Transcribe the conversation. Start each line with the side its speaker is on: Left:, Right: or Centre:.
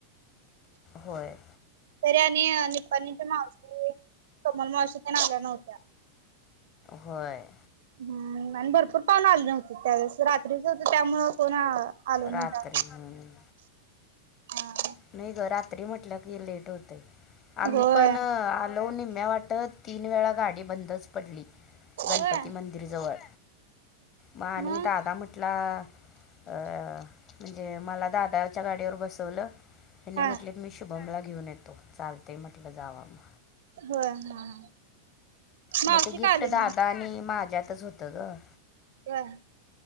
Left: होय.
Right: तरी आणि निप्पाणीच्या मावशी <unintelligible> कबनूल मावशी तेन आल्या नव्हत्या.
Left: होय.
Right: हम्म आणी भरपूर कोण आल नव्हतं त्यावेळेस रात्रीच होत त्यामुळ कोण आल नव्हता.
Left: रात्री हम्म.
Right: हा <unintelligible>
Left: नाही ग रात्री म्हटलं की लेट होतय आम्ही
Right: होय
Left: पण आलो निम्म्या वाटत तीन वेळा गाडी बंदच पडली
Right: होय
Left: गणपती मंदिर जवळ. मा आणि
Right: मग
Left: दादा म्हट हा अ म्हणजे मला दादाच्या गाडीवर बसवलं त्याने
Right: हा
Left: म्हटले की मी शुभमला घेऊन येतो चालते म्हटलं जावा मग.
Right: होय हा हा. मावशी
Left: म ते गिफ्ट
Right: का आले नाही?
Left: दादा आणि माझ्यातच होतं गं.
Right: वय <unintelligible>